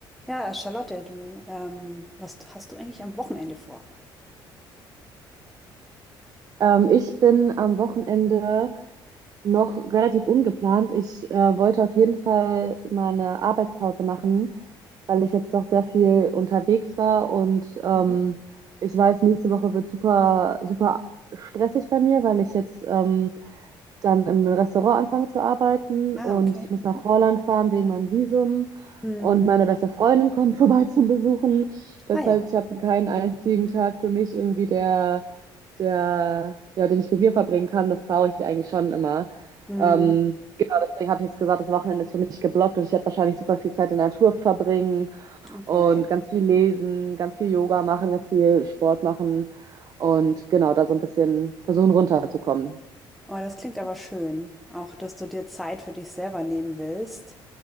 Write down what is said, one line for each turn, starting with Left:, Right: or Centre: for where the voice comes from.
Centre: Ja, Charlotte, du, ähm, was hast du eigentlich am Wochenende vor?
Right: Ähm, ich bin am Wochenende noch relativ ungeplant. Ich äh, wollte auf jeden Fall mal eine Arbeitspause machen, weil ich jetzt doch sehr viel unterwegs war und ähm,
Centre: Mhm.
Right: ich weiß, nächste Woche wird super, super stressig bei mir, weil ich jetzt ähm, dann im Restaurant anfange zu arbeiten
Centre: Ah,
Right: und
Centre: okay.
Right: ich muss
Centre: Mhm.
Right: nach Holland fahren wegen meinem Visum
Centre: Hm.
Right: und meine beste Freundin kommt <laughs> vorbei zum Besuchen. Das
Centre: Ah ja.
Right: heißt, ich habe keinen einzigen Tag für mich irgendwie, der der, ja, den ich mit mir verbringen kann, das brauche ich eigentlich schon immer.
Centre: Hm.
Right: Ähm, genau, deswegen habe ich jetzt gesagt, das Wochenende ist für mich geblockt und ich werde wahrscheinlich super viel Zeit in der Natur verbringen
Centre: Okay.
Right: und ganz viel lesen, ganz viel Yoga machen, ganz viel Sport machen und genau, da so ein bisschen versuchen runterzukommen.
Centre: Oh, das klingt aber schön. Auch, dass du dir Zeit für dich selber nehmen willst.